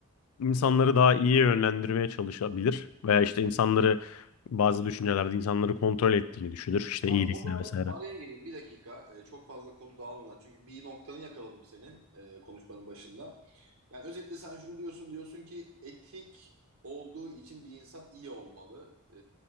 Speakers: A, on the left; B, on the right.
A: insanları daha iyi yönlendirmeye çalışabilir veya işte insanları bazı düşüncelerde insanları kontrol ettiğini düşünür. İşte
B: Abi
A: iyilikle
B: o zaman
A: vesaire.
B: bir araya gireyim bir dakika. Ee, çok fazla konu dağılmadan. Çünkü bir noktanı yakaladım senin e, konuşmanın başında. Yani özetle sen şunu diyorsun. Diyorsun ki etik olduğu için bir insan iyi olmalı. Ee,